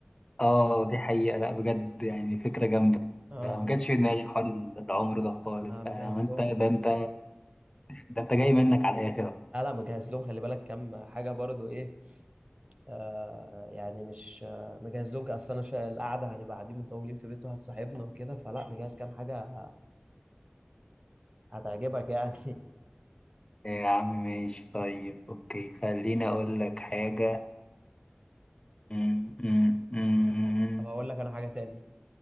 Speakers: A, on the left (about 20°); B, on the right (about 30°).
A: اه دي حقيقة لا بجد يعني فكرة جامدة
B: اه
A: ما جاتش في دماغي حوار العمر ده خالص
B: انا
A: ده
B: مجهز
A: يا عم انت
B: لهم
A: ده انت ده انت جاي منك على الاخر
B: لا لا مجهز لهم خلي بالك كام حاجة برضو ايه آه يعني مش آه مجهز لهم اصل انا شا- القعده هنبقى قاعدين مطولين في بيته هتصاحبنا وكده فلا مجهز كام حاجه هتعجبك يعني
A: يا عم ماشي طيب اوكي خليني اقول لك حاجة م- م- م- م-
B: <laughs> طب اقول لك انا حاجه تاني